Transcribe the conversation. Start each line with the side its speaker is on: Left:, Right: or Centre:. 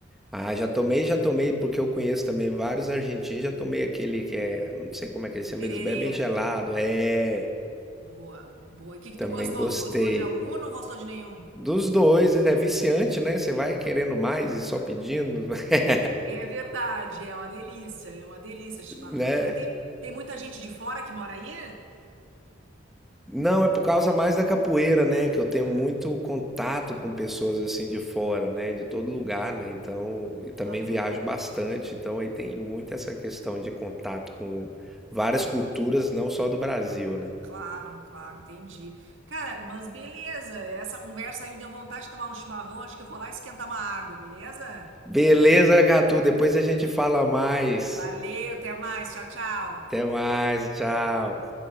Centre: Ah, já tomei, já tomei, porque eu conheço também vários argentinos. Já tomei aquele que é, não sei como é que eles
Right: o
Centre: chamam,
Right: tererê.
Centre: eles bebem gelado. É,
Right: Boa, boa. E o que que tu
Centre: também
Right: gostou?
Centre: gostei.
Right: Tu gostou de algum ou não gostou de nenhum?
Centre: Dos dois, é viciante, né? Você vai querendo mais e só pedindo, <laughs>
Right: É verdade, é uma delícia, é uma delícia chimarrão.
Centre: né?
Right: Mas tem, tem muita gente de fora que mora aí?
Centre: Não, é por causa mais da capoeira, né? Que eu tenho
Right: Ah,
Centre: muito contato com pessoas assim de fora, né? De todo
Right: entendi.
Centre: lugar, né? Então, e também
Right: Aham,
Centre: viajo bastante, então aí tem muito essa questão de contato com várias
Right: entendi.
Centre: culturas, não só do Brasil, né?
Right: Claro, claro, entendi. Cara, mas beleza, essa conversa aí me deu vontade de tomar um chimarrão, acho que eu vou lá esquentar uma água, beleza?
Centre: Beleza, Gatu, depois a gente fala mais.
Right: Valeu, até mais, tchau, tchau.
Centre: Até mais, tchau.